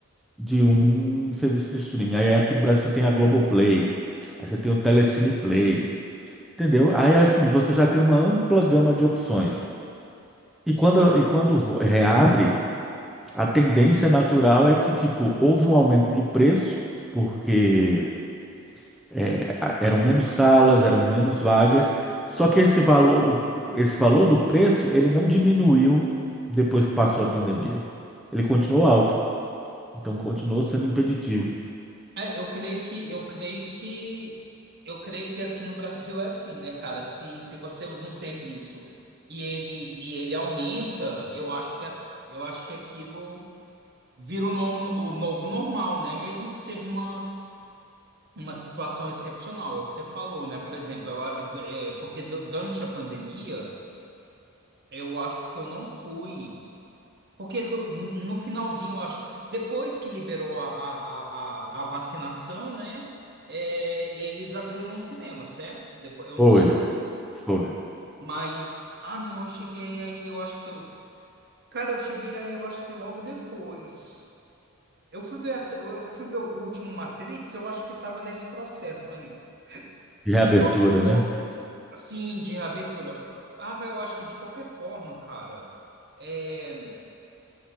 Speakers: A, in the centre; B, on the right.
A: de um serviço de streaming. Aí aqui no Brasil você tem a Globoplay, aí você tem o Telecine Play, entendeu? Aí assim, você já tem uma ampla gama de opções. E quando, e quando vo- reabre, a tendência natural é que, tipo, houve um aumento do preço, porque é, a- eram menos salas, eram menos vagas, só que esse valor, o- esse valor do preço, ele não diminuiu depois que passou a pandemia. Ele continuou alto, então continuou sendo impeditivo.
B: É, eu creio que eu creio que eu creio que aqui no Brasil é assim, né, cara? Se, se você usa um serviço e ele e ele aumenta, eu acho que a- eu acho que aquilo vira o novo, o novo normal, né? Mesmo que seja uma uma situação excepcional, é o que você falou, né? Por exemplo, eu a- é, porque du- durante a pandemia, eu acho que eu não fui. Porque do- no finalzinho, eu acho, depois que liberou a, a, a, a vacinação, né? é, eles abriram o cinema, certo? Depois, eu
A: Foi,
B: não lembro,
A: foi.
B: mas. Ah, não, eu cheguei aí, eu acho que eu. Cara, eu cheguei aí, eu acho que logo depois. Eu fui ver, essa- eu fui ver o último Matrix, eu acho que estava nesse processo ainda.
A: Reabertura,
B: De qualquer forma,
A: né?
B: assim, de reabertura. Ah, vai, eu acho que de qualquer forma, cara, é,